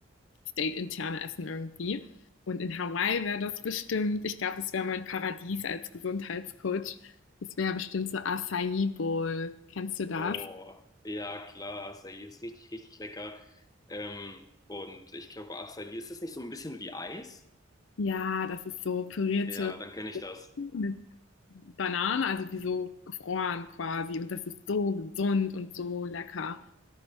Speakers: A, on the left; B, on the left.
A: state-interne Essen irgendwie. Und in Hawaii wäre das bestimmt, ich glaube, das wäre mein Paradies als Gesundheitscoach. Das wäre bestimmt so Acai Bowl. Kennst du das?
B: Oh, ja, klar, Acai ist richtig, richtig lecker. Ähm, und ich glaube, Acai, ist das nicht so ein bisschen wie Eis?
A: Ja, das ist so pürierte
B: Ja, dann kenne ich das.
A: mit Bananen, also wie so gefroren quasi. Und das ist so gesund und so lecker.